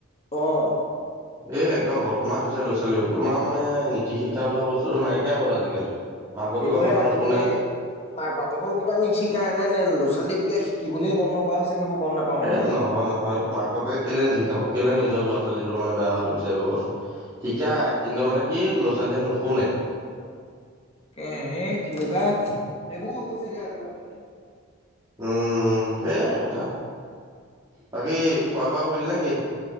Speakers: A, on the left; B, on the right.
A: অহ
B: এ একদম বত তোমা আছে লৰা ছোৱালী তোমাৰ মানে নীতি শিক্ষা বোলা বস্তুতটো নাইকিয়া হ'ল আজিকালি মাক বাপেকৰ
A: সেইবোৰে
B: কথা
A: আজিকালি
B: নুশুনে।
A: মাক বাপেকো কিবা নিশিকায় এনে ল'ৰা ছোৱালী বুকে শিকিবলৈ মন নন কৰা হৈছে সেইবোৰ গম নাপাও মানে
B: এ নহয় নহয় মাক বাপেকে কেলে নিশিক শাব কেলে নিজৰ ল'ৰা ছোৱালীটো মানে বেয়া হোৱাটো বিচাৰিব কচোন শিকাই কিন্তু মানে কি ল'ৰা ছালীয়ে নুশুনে <unintelligible>
A: তাকেহে সেই তেনেকুৱা এইবোৰ হৈছেগে আকৌ আজিকালি।
B: উম সেয়াই কথা বাকী খোৱা বোৱা কৰিল নে কি